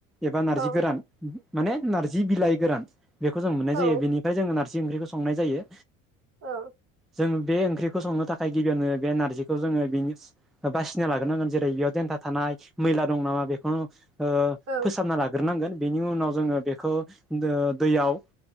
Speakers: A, in the centre; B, on the right.
A: एबा नारजि
B: औ
A: गोरान माने नारजि बिलाइ गोरान बेखौ जों मोननाय
B: औ
A: जायो बेनिफ्राय जों नार जि ओंख्रिखौ संनाय जायो
B: औ
A: जों बे ओंख्रिखौ संनो थाखाय गिबियावनो बे नारजि खौ जोङो बिनिस बासिनो लाग्रोनांगोन जेरै बेयाव देन्था थानाय मैला दं नामा बेखौ ओ
B: औ
A: फोसाबना लाग्रोनांगोन बेनि उनाव जोङो बेखौ ओ दैयाव